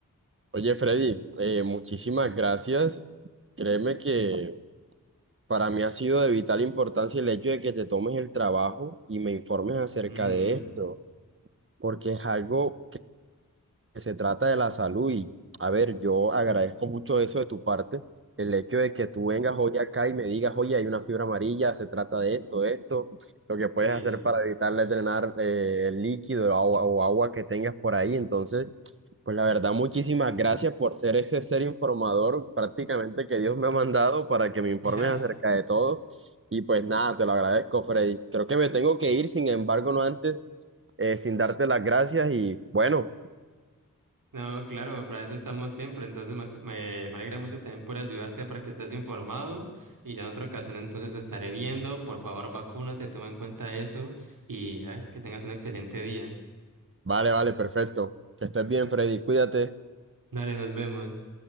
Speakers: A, on the right; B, on the right.
A: Oye, Freddy, eh, muchísimas gracias. Créeme que para mí ha sido de vital importancia el hecho de que te tomes el trabajo y me informes acerca
B: Ujú,
A: de esto, porque es algo Se trata de la salud y, a ver, yo agradezco mucho eso de tu parte, el hecho de que tú vengas hoy acá y me digas, oye, hay una fibra amarilla, se trata de esto, de esto, lo que puedes
B: sí.
A: hacer para evitarle drenar eh, el líquido o agua, o agua que tengas por ahí. Entonces, pues la verdad, muchísimas gracias por ser ese ser informador prácticamente que Dios me ha mandado para que me informes
B: <laughs>
A: acerca de todo. Y pues nada, te lo agradezco, Freddy. Creo que me tengo que ir, sin embargo, no antes, eh, sin darte las gracias y bueno.
B: No, claro, para eso estamos siempre. Entonces me, me, me alegra mucho también por ayudarte para que estés informado y ya en otra ocasión entonces te estaré viendo. Por favor, vacúnate, toma en cuenta eso y ya, que tengas un excelente día.
A: Vale, vale, perfecto. Que estés bien, Freddy. Cuídate.
B: Dale, nos vemos.